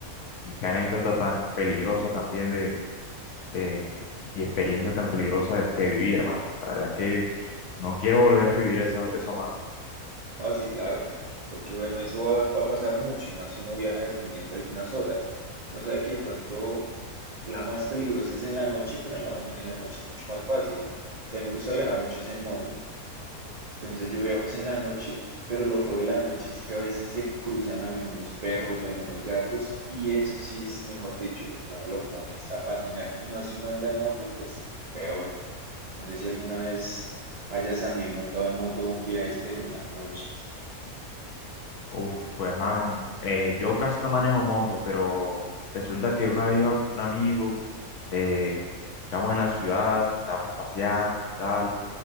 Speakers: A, on the left; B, on the right.
A: Y qué anécdota tan peligrosa también de, de- y experiencia tan peligrosa que viví, hermano. La verdad es que no quiero volver a vivir eso, eso más.
B: No, sí, claro, porque bueno, eso va, va a pasar mucho y más si uno viaja dependiendo de unas horas. Uno sabe que de pronto la más peligrosa es en la noche, pero en la, en la noche es mucho más fácil. O sea, a mí me gusta viajar mucho es en moto. Entonces yo viajo es en la noche, pero lo feo de la noche es que a veces se cruzan algunos perros, algunos gatos, y eso sí es, mejor dicho, lo que a uno lo pone es a patinar. Y más si uno anda en moto, pues peor. No sé si alguna vez hayas también montado en moto viajes, pero en las noches.
A: Uf, pues hermano, eh, yo casi no manejo moto, pero resulta que una vez iba con un amigo, eh, estamos en la ciudad, estamos paseando y tal,